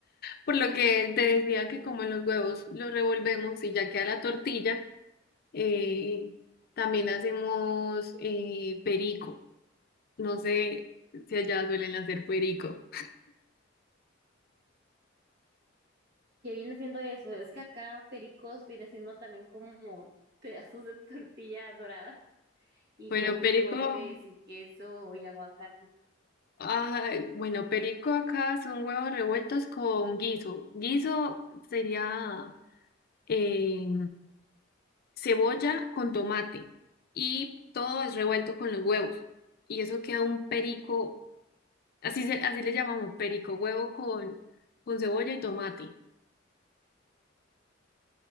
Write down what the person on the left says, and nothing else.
Por lo que te decía que como los huevos los revolvemos y ya queda la tortilla, eh, también hacemos eh, perico. No sé si allá suelen hacer perico.
Bueno,
perico,
ay, bueno, perico acá son huevos revueltos con guiso. Guiso sería eh, cebolla con tomate y todo es revuelto con los huevos. Y eso queda un perico, así, se- así le llamamos perico, huevo con, con cebolla y tomate.